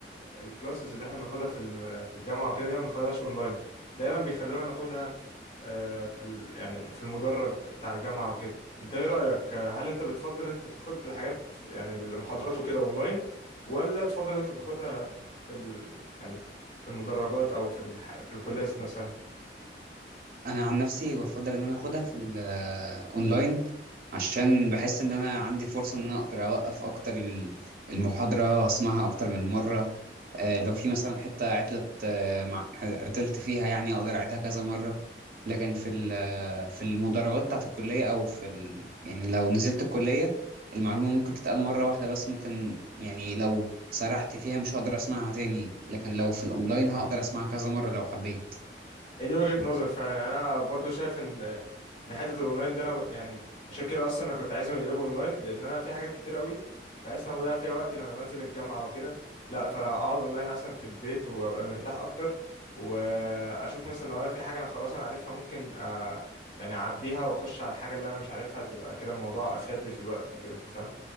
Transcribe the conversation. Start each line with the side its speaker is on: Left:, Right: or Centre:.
Left: الكلاسز اللي احنا بناخدها في ال- في الجامعة وكده ليه ما بناخدهاش اونلاين دايما بيخلونا ناخدها آه، في ال- يعني في المدرج بتاع الجامعة وكده انت ايه رأيك آه، هل انت بتفضل انت تاخد الحاجات يعني المحاضرات وكده اونلاين ولا تفضل انت تاخدها في ال... يعني في المدرجات او في الح... في الكلية ذات نفسها
Right: انا عن نفسي بفضل ان انا اخدها في الاونلاين عشان بحس ان انا عندي فرصه ان انا اقدر اوقف اكتر ال- المحاضره واسمعها اكتر من مره آه، لو في مثلا حته عطلت آه، مع عطلت فيها يعني اقدر اعيدها كذا مره لكن في ال- في المدرجات بتاعت الكليه او في ال... يعني لو نزلت الكليه المعلومه ممكن تتقال مره واحده بس ممكن يعني لو سرحت فيها مش هقدر اسمعها تاني لكن لو في الاونلاين هقدر اسمعها كذا مره لو حبيت
Left: هي دي وجهة نظر فعلا يعني انا برضو شايف ان ان حته الاونلاين دي انا ب- يعني عشان كده اصلا انا كنت عايزهم يقلبوا اونلاين لان انا في حاجات كتير قوي بحيث ان انا بضيع فيها وقتي لما بنزل الجامعه وكده لا فانا اقعد اونلاين احسن في البيت وابقى مرتاح اكتر واشوف مثلا لو انا في حاجه انا خلاص انا عارفها ممكن آه، يعني اعديها واخش على الحاجه اللي انا مش عارفها تبقى كده الموضوع افيد لي في الوقت وكده انت فاهم